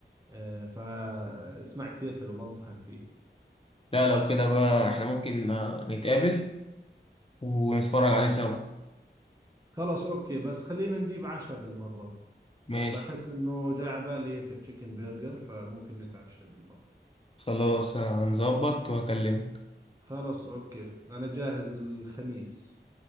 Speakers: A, on the right; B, on the left.
A: آه، فاسمع كثير حلو بنصحك فيه
B: لا لو كده بقى احنا ممكن آه، نتقابل ونتفرج عليه سوا
A: خلاص أوكي بس خلينا نجيب عشاء بالمرة
B: ماشي
A: بحس إنه جاء على بالي هيك تشيكن برجر فممكن نتعشى بالمرة
B: خلاص آه، هنظبط واكلمك
A: خلاص أوكي أنا جاهز الخميس